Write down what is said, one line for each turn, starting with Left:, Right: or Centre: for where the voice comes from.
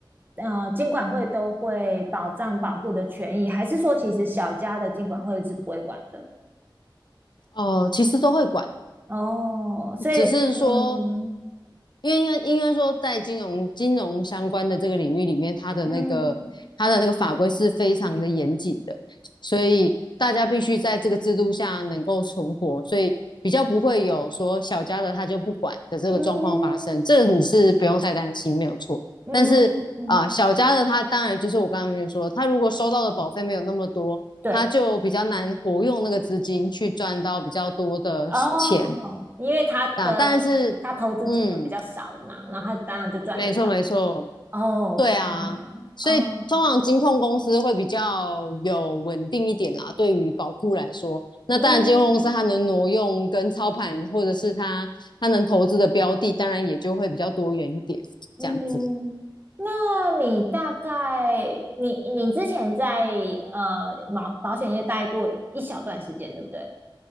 Right: 呃，金管会都会保障保护的权益，还是说其实小家的金管会是不会管的？
Left: 哦，其实都会管，
Right: 哦，所以嗯
Left: 只是说，因为应该应该说，在金融金融相关的这个领域里面，它的那个它的那个法规是非常的严谨的，
Right: 嗯
Left: 所以大家必须在这个制度下能够存活，所以比较不会有说小家的他就不管的这个状况发生，
Right: 嗯
Left: 这个你是不用太担心，没有错。
Right: 嗯嗯，
Left: 但是啊、小家的他当然就是我刚刚跟你说，他如果收到的保费没有那么多，
Right: 对。
Left: 他就比较难活用那个资金去赚到比较多的钱，
Right: 哦，因为他的他投资金额比较少嘛，
Left: 啊，但是，嗯，
Right: 然后他当然就赚的少。
Left: 没错没错，
Right: 哦，
Left: 对啊，
Right: 天哪！
Left: 所以通常金控公司会比较有稳定一点啦，
Right: 哦，
Left: 对于保护来说，那当然金控公司它能挪用跟操盘，
Right: 嗯
Left: 或者是它它能投资的标的，当然也就会比较多元一点，
Right: 嗯，
Left: 这样子。
Right: 那你大概你你之前在呃保保险业待过一小段时间，对不对？